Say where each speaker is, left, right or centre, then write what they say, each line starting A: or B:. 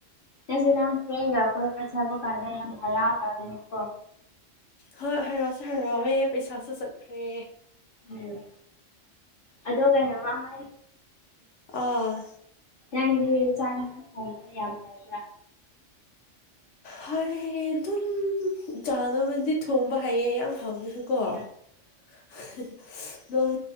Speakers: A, on the left; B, on the left.
A: ꯅ ꯁꯤꯗ ꯌꯥꯝ ꯐ꯭ꯔꯦ ꯌꯥꯎ ꯀꯣꯄꯠ ꯁꯥꯕ ꯀꯥꯟꯗ ꯌꯥꯝ ꯍꯔꯥꯎ ꯌꯥꯎꯅꯤꯀꯣ
B: ꯍꯣꯏ ꯍꯔꯥꯎꯁꯨ ꯍꯔꯥꯎꯋꯦ ꯄꯩꯁꯥꯁꯨ ꯆꯠꯈ꯭ꯔꯦ
A: ꯎꯝ ꯑꯗꯣ ꯀꯩꯅꯉ
B: ꯑ
A: ꯅꯪꯗꯤ ꯆꯥꯛ ꯟꯥꯡ ꯊꯣꯡꯕ꯭ꯔ ꯌꯥꯝ ꯐꯕ꯭ꯔꯥ
B: ꯍ ꯑꯗꯨꯝ ꯆꯥꯅ ꯃꯗꯤ ꯊꯣꯡꯝꯕ ꯍꯥꯏꯌꯦ ꯌꯥꯝ ꯍꯥꯎꯗꯁꯨꯀꯣ
A: ꯑꯣ
B: ꯑꯗꯨꯝ